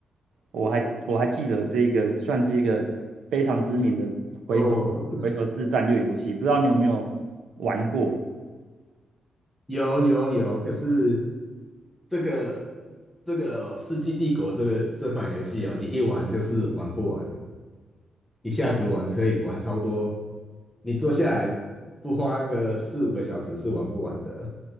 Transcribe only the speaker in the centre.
哦，<laughs>
有有有，可是这个这个《世纪帝国》这个这款游戏哦，你一玩就是玩不完。一下子玩车以玩超多，你坐下来不花个四五个小时是玩不完的。